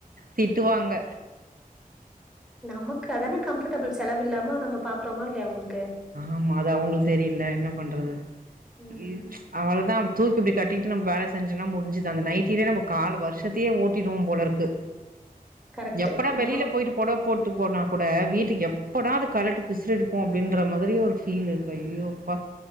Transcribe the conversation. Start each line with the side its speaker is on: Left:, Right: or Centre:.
Right: திட்டுவாங்க
Centre: நமக்கு அதானே கம்ஃபடபுல் செலவில்லம நம்ம பாக்குறோமா இல்லையா அவுங்களுக்
Right: ஆமா அது அவங்களு தெரியல என்ன பண்றது
Centre: ம்
Right: லீ அவளதா தூக்கி இப்டி கட்டிடு நம்ம வேல செஞ்ஜொனா முடிஞ்ஜுது அந்த நைட்டில நம்ம கால வருஷத்தையே ஓட்டிடுவோ போலருக்கு
Centre: கரெக்ட்.
Right: எப்படா
Centre: நம்ம
Right: வெளியில போயிட்டு பொடவபொட் ட்டு போனா கூட வீடிக்கி எப்படாது கலடி பிஸ்லடிபோ அப்டின்னு ன்ற மாதிரி ஒரு ஃபீல் இருக்கு ஐஐயோப்பா